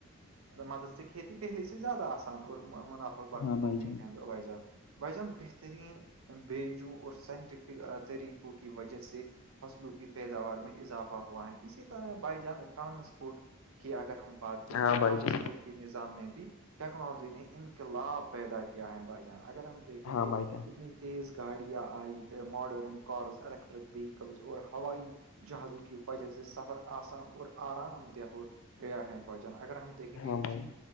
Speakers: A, on the right (about 85°); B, on the left (about 70°).
A: مدد سے کھیتی پہلی سے زیادہ آسان اور مناف وقش
B: ہاں بھائی
A: ہو گئی
B: جان
A: ہے وائی جان وائی جان بہترین بیجو اور سائنٹف طریقوں کی وجہ سے فصلوں کی پیداوار میں اضافہ ہوا ہے اسی طرح بائی جان ٹرانسپورٹ کی اگر ہم بات کرتے
B: ہاں
A: ہیں ٹرانسپورٹ
B: بھائی جان
A: کے نظام میں بھی ٹیکنالوجی نے انقلاب پیدا کیا ہے بھائی جان اگر ہم دیکھیں
B: ہاں
A: کہ
B: بھائی جان
A: اتنی تیز گاڑیاں آئی ماڈرن کارز ایلییکٹرک ویہکلز اور ہوائائیی جہازوں کی وجہ سے سفر آسان اور آرام دہ ہو گیا ہے وجن اگر ہم دیکھیں گے
B: ہاں بھائی
A: جی